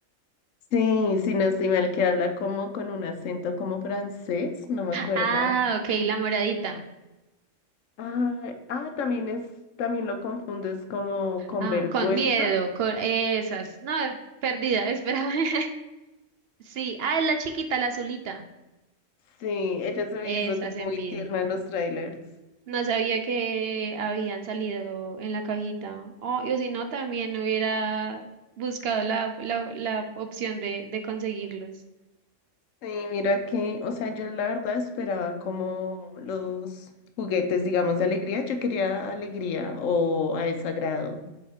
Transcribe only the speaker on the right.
Ah, ok, la moradita.
Ah,
con miedo, con esas. No, perdida, <laughs> espérame. Sí, ah, es la chiquita, la azulita.
Esas
envidia.
No sabía que habían salido en la cajita. Oh, yo si no, también hubiera buscado la, la, la opción de, de conseguirlos.